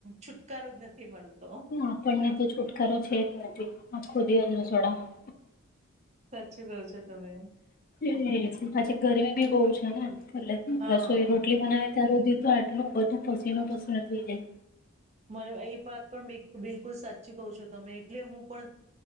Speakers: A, on the right; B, on the left.
A: છુટકારો જ નથી મળતો.
B: આપણને તો છુટકારો છે જ નથી આ ખોદીઓ જ રસોડામાં.
A: સાચું કહો છો તમે
B: એ પાછી ગરમી બી બહુ છે. ના ના
A: હા
B: બ રસોઈ રોટલી બનાવી. અત્યાર સુધી તો આટલું બધું પસીનું પસ જઈ.
A: મને એ વાત બિલ ક બિલ બૌ સાચું કયો છો તમે એટલે હું પણ